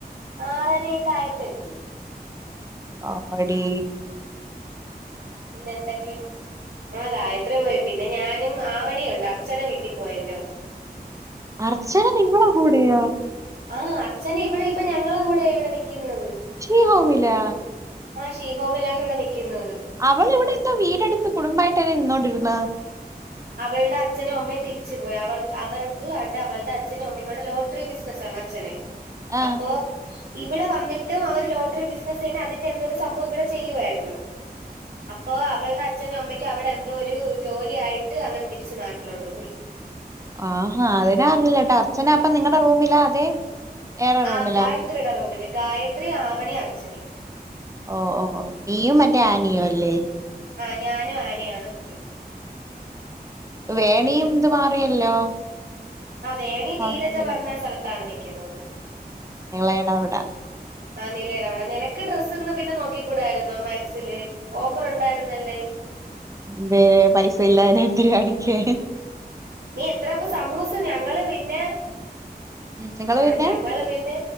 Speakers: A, on the right; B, on the right.
A: ആറാരക്കെ ആയപ്പോ എത്തി
B: ഓ ടീ
A: പിന്നെ ന്തൊക്കെയുണ്ട്. ആഹ് ഗായത്രി പോയി. പിന്നെ ഞാനും ആവണിയുണ്ട്. അർച്ചന വീട്ടിൽ പോയല്ലോ.
B: അർച്ചന നിങ്ങളെ കൂടെയാ?
A: ആഹ് അർച്ചന ഇവിടെ ഇപ്പൊ ഞങ്ങള കൂടെ ഇവിടെ നിൽക്കുന്നത്.
B: <unintelligible>
A: ആഹ് ഷീഗോബലാണ് ഇവിടെ നിക്കുന്നത്
B: അവള ഇവിടെ എന്തോ വീടെടുത്ത് കുടുംബമായിട്ടന്ന നിന്നോണ്ടിരുന്നെ
A: അവളുടെ അച്ഛനും അമ്മയും തിരിച്ചുപോയി അവൾ അവർക്ക് അണ്ട് അവളുടെ അച്ഛനും അമ്മയ്ക്കുമവിടെ ലോട്ടറി ബിസിനസ്സാണ് അച്ഛന് <inaudible>
B: ആ
A: ഓ ഇവിടെ വന്നിട്ടും അവര് ലോട്ടറി ബിസിനസ്തന്നെ അതിന്റെ എന്തോരു സംഭവം ഇവിടെ ചെയ്യുവാരുന്നു. അപ്പൊ അവളുടെ അച്ഛനും അമ്മയ്ക്കും അവിടെ എന്തോ ഒരു ജോലിയായി ട്ട് അങ്ങനെ തിരിച്ചു നാട്ടിലോട്ടുപോയി
B: ആഹാ അതിനെ അറിഞ്ഞല്ലട്ടോ അച്ചനാപ്പൊ നിങ്ങളുടെ റൂമിലാ അതെ വേറെ റൂമിലാ
A: ആ ഗായത്രിയുടെ റൂമില് ഗായത്രി, ആവണി, അർച്ചനേം
B: ഓഹ് ഓഹ് നീയും മറ്റേ ആനിയും അല്ലേ
A: ആഹ് ഞാനും ആനിയാണ് നിക്കുന്നത്.
B: വേണിയും ഇതു മാറിയല്ലോ.
A: അദേണി
B: ഹോസ്റ്റൽ
A: ധീരജ പറഞ്ഞ സ്ഥലത്താണ് നിക്കുന്നത്.
B: നിളയുടെ അവിടെ
A: ആഹ് നിലയിയുടെ അവിടെ നിനക്ക് ഡ്രസ്ന്ന് പിന്നെ നോക്കി കൂടായിരുന്നോ മാക്സില് ഓഫറുണ്ടായിരുന്നല്ലേ
B: എന്തേ പൈസയില്ല നെറ്റില്ല എനിക്ക്
A: നീ എത്രപ്പ സമൂസ ഞങ്ങള് പിന്നെ
B: ഉം നിങ്ങള്
A: ആ
B: പിന്നെ
A: ഞങ്ങള് പിന്നെ